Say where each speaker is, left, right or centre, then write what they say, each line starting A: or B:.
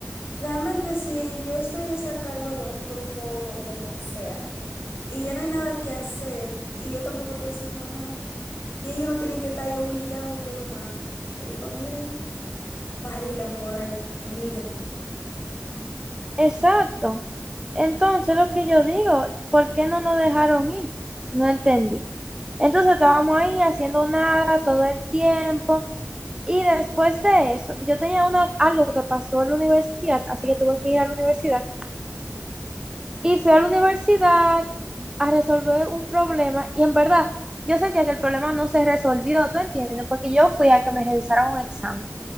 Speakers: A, on the left; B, on the right.
A: Realmente si yo estuviese a cargo de un grupo de lo que sea y ya no hay nada que hacer y yo tampoco estoy haciendo nada y ellos no tienen que estar ahí obligados, yo lo mando. Le digo, miren, pagilen por ahí, emigren.
B: Exacto. Entonces, lo que yo digo, ¿por qué no nos dejaron ir? No entendí. Entonces, estábamos ahí haciendo nada todo el tiempo. Y después de eso, yo tenía una, algo que pasó en la universidad, así que tuve que ir a la universidad. Y fui a la universidad a resolver un problema y en verdad yo sentía que el problema no se resolvió, ¿tú entiendes? Porque yo fui a que me revisaran un examen